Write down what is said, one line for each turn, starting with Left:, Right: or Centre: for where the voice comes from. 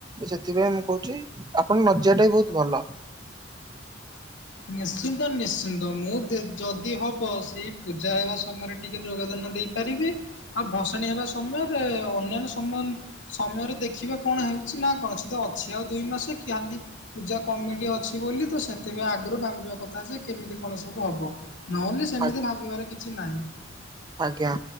Right: ସେଥିପାଇଁ ମୁଁ କହୁଚି ଆପଣଙ୍କ ନ ଯିବାଟା ବି ବହୁତ ଭଲ।
Left: ନିଶ୍ଚିନ୍ତ ନିଶ୍ଚିନ୍ତ ମୁଁ ଦେ ଯଦି ହବ ସେଇ ପୂଜା ହେବା ସମୟରେ ଟିକେ ଯୋଗଦାନ ଦେଇ ପାରିବି ଆଉ ଭସାଣି ହେବା ସମୟରେ ଅନ୍ୟାନ୍ୟ ସମ ସମୟରେ ଦେଖିବା କଣ ହେଉଚି ନା କଣ ସେ ତ ଅଛି ଆଉ ଦୁଇ ମାସ କି ଖାଲି ପୂଜା କମିଟି ଅଛି ବୋଲି ତ ସେଥିପାଇଁ ଆ ଙ୍କର ଭାବିବା କଥା ଯେ କେମିତି କଣ ସବୁ ହବ ନହେଲେ ସେମିତି
Right: ଆ
Left: ଭାବିବାର କିଛି ନାହିଁ।
Right: ଆଜ୍ଞା